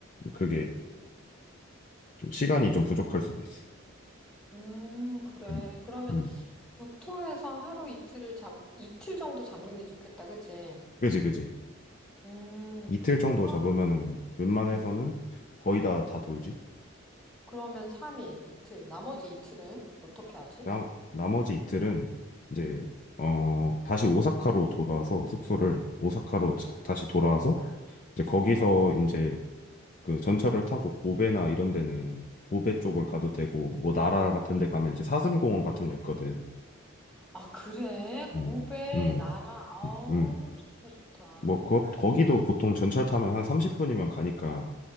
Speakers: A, on the left; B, in the centre.
A: 그게 좀 시간이 좀 부족할 수도 있어.
B: 음, 그래.
A: 음.
B: 그러면
A: 음.
B: 교토에서 하루 이틀을 잠, 이틀 정도 잡는 게 좋겠다, 그치?
A: 그지 그지.
B: 음,
A: 이틀 정도
B: 그럼,
A: 잡으면은 웬만해서는
B: 음.
A: 거의 다 다 돌지.
B: 그러면 3일, 이틀, 나머지 이틀은 어떻게 하지?
A: 나 나머지 이틀은 이제 어 다시 오사카로 돌아와서 숙소를 오사카로 자- 다시 돌아와서 이제 거기서
B: 어,
A: 이제 그 전철을 타고 고베나 이런 데는 고베 쪽을 가도 되고 뭐 나라 같은 데 가면 이제 사슴공원 같은 거 있거든.
B: 아, 그래?
A: 음.
B: 고베,
A: 음.
B: 나라, 어,
A: 음.
B: 좋다, 좋다.
A: 뭐 거, 거기도 보통 전철 타면 한 30분이면 가니까